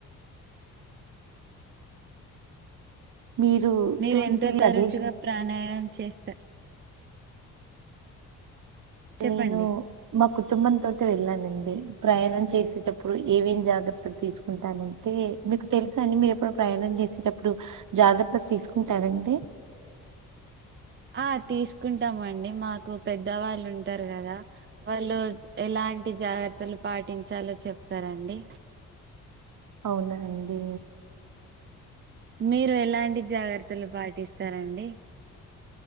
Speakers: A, on the right; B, on the right.
A: మీరు
B: మీరు
A: ఇటువంటి
B: ఎంతో తరచుగా
A: ప్రదేశం
B: ప్రాణాయామ చేస్తారు చెప్పండి
A: నేను మా కుటుంబం తోటి వెళ్ళానండి ప్రయాణం చేసి ఇేటప్పుడు ఏమేం జాగ్రత్తలు తీసుకుంటానంటే మీకు తెలుసా అండి మీరు ఎప్పుడు ప్రయాణం చేసేటప్పుడు జాగ్రత్తలు తీసుకుంటారండి
B: ఆ తీసుకుంటామండి మాకు పెద్దవాళ్ళు ఉంటారు కదా వాళ్ళు ఎలాంటి జాగ్రత్తలు పాటించాలో చెప్తారా అండి
A: అవునాండి
B: మీరు ఎలాంటి జాగ్రత్తలు పాటిస్తారండి